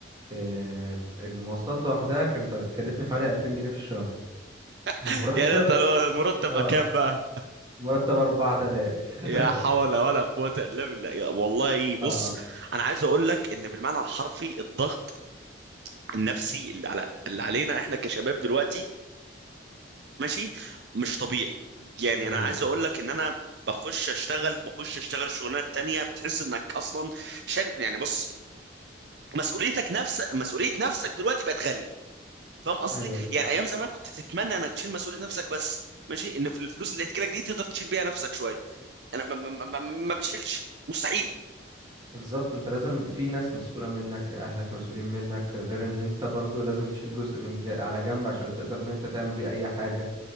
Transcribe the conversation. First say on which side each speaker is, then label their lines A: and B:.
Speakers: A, on the right; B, on the right.
A: آه المواصلات لوحدها كانت هتكلفني حوالي 2000 جنيه في الشهر
B: <laughs>
A: المرتب
B: يعني انت مرتب
A: اه
B: كام بقى
A: مرتب 4000 <laughs>
B: يا حول ولا قوة الا بالله يا والله بص
A: اه
B: انا عايز اقول لك ان بالمعنى الحرفي الضغط النفسي اللي على اللي علينا احنا كشباب دلوقتي ماشي مش طبيعي يعني
A: ايوه
B: انا عايز اقول لك ان انا بخش اشتغل بخش اشتغل شغلانات تانية بتحس انك اصلا شل يعني بص مسؤوليتك نفس مسؤولية نفسك دلوقتي بقت غالية فاهم قصدي
A: ايوه بالظبط
B: يعني ايام زمان كنت تتمنى انك تشيل مسؤوليه نفسك بس ماشي ان في الفلوس اللي هتجيلك دي تقدر تشيل بيها نفسك شويه انا ما, ما, ما, ما بتشيلش مستحيل
A: بالظبط انت لازم في ناس مسؤولة منك اهلك مسؤولين منك غير ان انت برضو لازم تشيل جزء من جا... على جنب عشان تقدر ان انت تعمل بيه اي حاجة